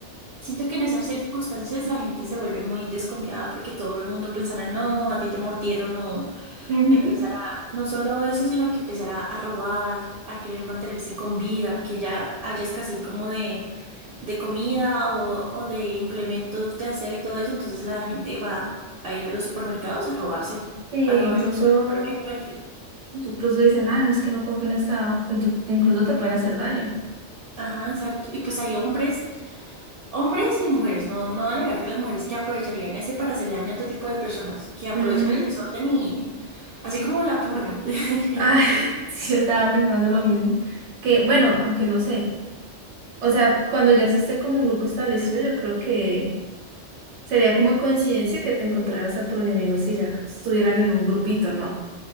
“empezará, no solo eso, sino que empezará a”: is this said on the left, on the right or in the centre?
Right